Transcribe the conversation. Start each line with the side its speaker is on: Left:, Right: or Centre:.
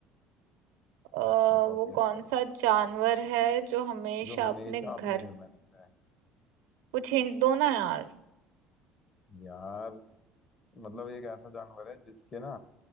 Right: अ,
Left: बताओ
Right: वो
Left: गैस
Right: कौन
Left: करो
Right: सा जानवर है जो हमेशा
Left: जो हमेशा
Right: अपने घर
Left: अपने घर में रहता है
Right: कुछ हिंट दो ना यार
Left: यार मतलब एक ऐसा जानवर है जिसके ना